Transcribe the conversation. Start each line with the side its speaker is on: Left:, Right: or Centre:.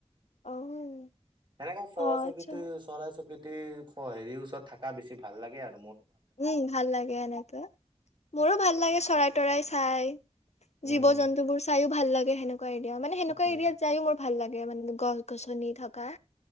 Left: অহু অ
Right: এনেকে চৰাই
Left: অ
Right: চকিটি,
Left: আচ্ছা
Right: চৰাই চকিটি হেৰি ওচৰত থাকা বেছি ভাল লাগে আৰ
Left: উম ভাল লাগে এনেকে মোৰো ভাল লাগে চৰাই তৰাই চাই। জীৱ-জন্তুবোৰ
Right: উম
Left: চাইয়ো ভাল লাগে সেনেকুৱা এৰিয়া মানে সেনেকুৱা
Right: উম
Left: এৰিয়াত যায়ও মোৰ ভাল লাগ গে মানে গছ-গছনি থকা।